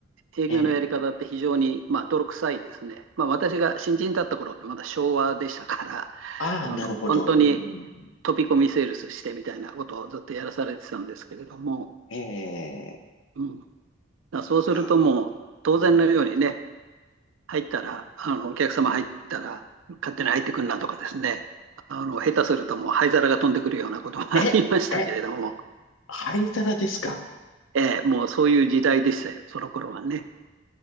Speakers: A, on the right (about 70°); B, on the left (about 70°).
A: 営業のやり方って非常に、
B: ええ。
A: まあ、泥臭いですね。まあ、私が新人だった頃ってまだ昭和でしたから、
B: ああ、
A: あの、
B: なるほど。
A: 本当に
B: うん、うん
A: 飛び込みセールスしてみたいなことをずっとやらされてたんですけれども、
B: うんええ
A: うん。だからそうするともう、
B: あ
A: 当然のようにね、
B: うん、
A: 入ったら、あの、お客様入ったら、勝手に入ってくんなとかですね、あの、下手するともう灰皿が飛んでくるようなこともありましたけれども、
B: え、え、灰皿ですか
A: ええ、もうそういう時代でしたよ、その頃はね。